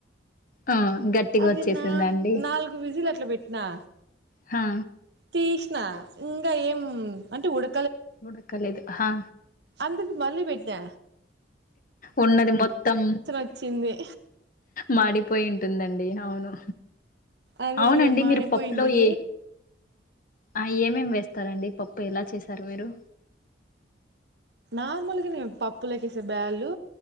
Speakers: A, on the left; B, on the right.
A: ఆ గట్టిగా
B: అదిన్న
A: వచ్చేసిందా అండి
B: నల్గు వీసిల్ ట్ల పెట్నా
A: హా
B: తీసిన ఇంకా ఏం అంటే ఉడ్
A: ఉడకలేదు హా
B: అందుకు మళ్ళి పెట్టిన
A: ఉన్నది మొత్తం
B: వచ్చింది
A: మాడిపోయి ఉంటుందండి అవును
B: అదే
A: అవునండి
B: అది మాడిపోయింది
A: మీరు పప్పులో ఏ ఆ ఏమేమి వేస్తారండి పప్పు ఎలా చేసారు మీరు
B: నార్మల్గానే పప్పులకేసే బ్యాళ్ళు